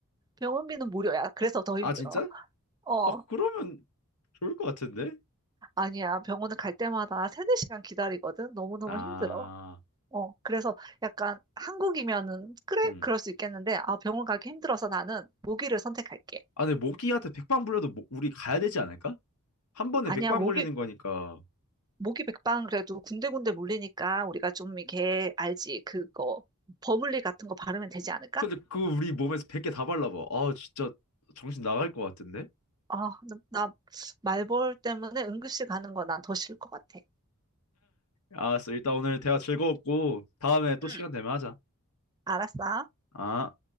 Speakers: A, on the right; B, on the left.
A: 병원비는 무료야. 그래서 더
B: 아,
A: 힘들어.
B: 진짜?
A: 어,
B: 아, 그러면 좋을 것 같은데?
A: 아니야. 병원을 갈 때마다 세네 시간 기다리거든. 너무너무
B: 아,
A: 힘들어. 어, 그래서 약간 한국이면은, 그래?
B: 음.
A: 그럴 수 있겠는데, 아, 병원 가기 힘들어서 나는 모기를 선택할게.
B: 아, 근데 모기한테 백방 물려도 뭐- 우리 가야 되지 않을까? 한 번에
A: 아니야,
B: 백방
A: 모기
B: 물리는 거니까.
A: 모기 백방 그래도 군데군데 물리니까 우리가 좀 이렇게 알지 그거 버물리 같은 거 바르면 되지 않을까?
B: 근데 그거 우리 몸에서 백개 다 발라봐. 아, 진짜 정신 나갈 것 같은데?
A: 아, 나 나 말벌 때문에 응급실 가는 거 난 더 싫을 것 같아.
B: 알았어. 일단 오늘 대화 즐거웠고, 다음에 또
A: 응,
B: 시간 되면 하자.
A: 알았어.
B: 아.